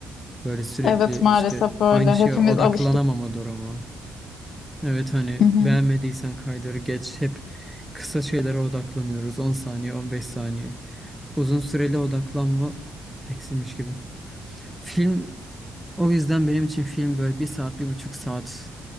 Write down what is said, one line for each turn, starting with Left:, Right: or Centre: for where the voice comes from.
Centre: böyle sürekli
Left: Evet maalesef
Centre: işte
Left: öyle.
Centre: aynı şeye
Left: Hepimiz
Centre: odaklanamama
Left: alıştık.
Centre: durumu. Evet hani
Left: Hı hı.
Centre: beğenmediysen kaydırı geç hep kısa şeylere odaklanıyoruz On saniye on beş saniye uzun süreli odaklanma eksilmiş gibi. Film o yüzden benim için film böyle bir saat, bir buçuk saat